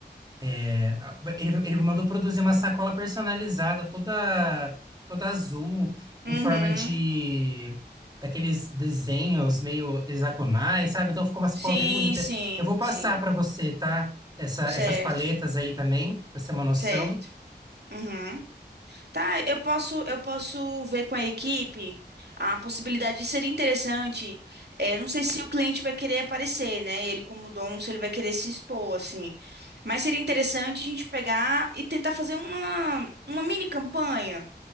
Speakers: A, on the right; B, on the right.
A: é, a- Ele, ele mandou produzir uma sacola personalizada, toda, toda azul,
B: Uhum.
A: em forma de. Daqueles desenhos meio hexagonais, sabe? Então ficou uma sacola
B: Sim,
A: bem bonita.
B: sim,
A: Eu vou passar
B: sim.
A: para você, tá? Essa,
B: Certo.
A: essas paletas aí também, para você ter uma noção.
B: Certo. Uhum. Tá, eu posso, eu posso ver com a equipe a possibilidade de ser interessante. É, não sei se o cliente vai querer aparecer, né? Ele como dono, se ele vai querer se expor, assim. Mas seria interessante a gente pegar e tentar fazer uma, uma mini campanha